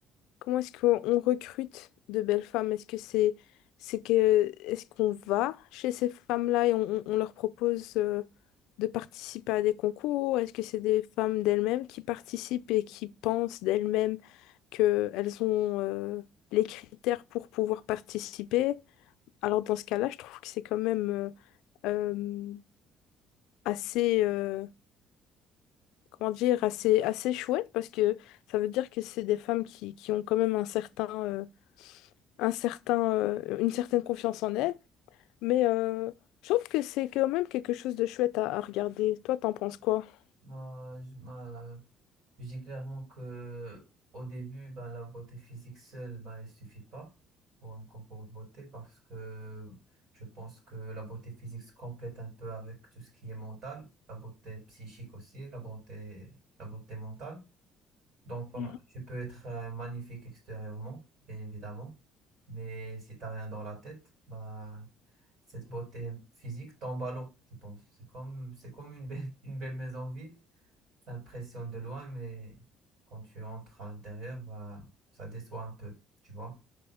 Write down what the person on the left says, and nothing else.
Comment est-ce qu'on recrute de belles femmes? Est-ce que c'est c'est que est-ce qu'on va chez ces femmes-là et on, on- on leur propose euh, de participer à des concours? Est-ce que c'est des femmes d'elles-mêmes qui participent et qui pensent d'elles-mêmes qu'elles ont euh, les critères pour pouvoir participer? Alors dans ce cas-là, je trouve que c'est quand même euh, euh, assez euh, comment dire assez assez chouette parce que ça veut dire que c'est des femmes qui, qui ont quand même un certain euh, un certain, euh, une certaine confiance en elle. Mais euh, je trouve que c'est quand même quelque chose de chouette à, à regarder. Toi, t'en penses quoi? <laughs>
Mhm.